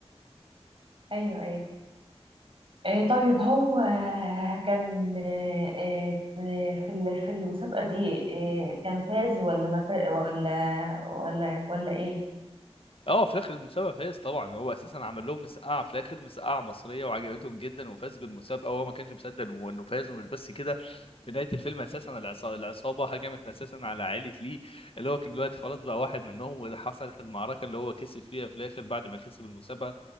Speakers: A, on the right; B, on the left.
A: ايوه ايوه آه، طيب هو آه، كان آه، آه، في ال- في المسابقة دي آه، كان فاز ولا ما فاز ولا ولا ولا ايه؟
B: اه في اخر المسابقه فاز طبعا هو اساسا عمل لهم مسقعه في الاخر مسقعه مصريه وعجبتهم جدا وفاز بالمسابقه وهو ما كانش مصدق انه إنه فاز ومش بس كده في نهايه الفيلم اساسا العصا- العصابه هجمت اساسا على عائله ليه اللي هو كان دلوقتي خلاص بقى واحد منهم وحصلت المعركه اللي هو كسب فيها في الاخر بعد ما كسب المسابقه